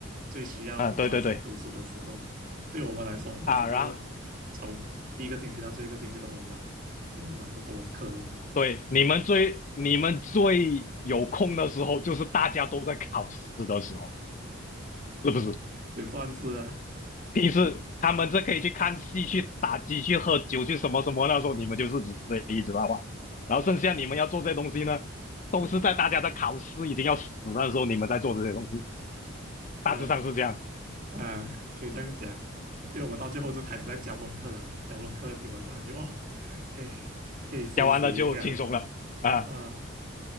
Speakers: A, on the right; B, on the left.
A: 最需要专心读书的时候。
B: 啊，对对对
A: 对我们来说，我们整个
B: 啊，然后
A: <laughs> 从第一个星期到最后一个星期都很忙，只是忙着做功课咯，
B: 对你们最你们最有空的时候，就是大家都在考试的时候，是不是？
A: 也算是啊，
B: 平时他们这可以去看戏、去打机、去喝酒、去什么什么，那时候你们就是只是一直八卦，然后剩下你们要做这些东西呢，都是在大家的考试已经要死的时候，你们在做这些东西，
A: 对啊。
B: 大致上是这样。
A: 啊，可以这样讲，因为我到最后就开始在教功课了嘛，教功课基本上就哦，可以可以休息一下的
B: 讲完了就轻松了啊，
A: 啊，